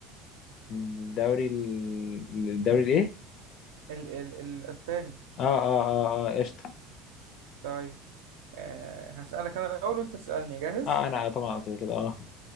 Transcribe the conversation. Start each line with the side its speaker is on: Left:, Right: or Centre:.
Left: الدوري ال... الدوري الايه
Right: ال... ال... الاسباني
Left: اه اه اه اه قشطه
Right: طيب أه... هسالك انا الاول وانت تسالني جاهز
Left: اه انا طبعا قلت كده اه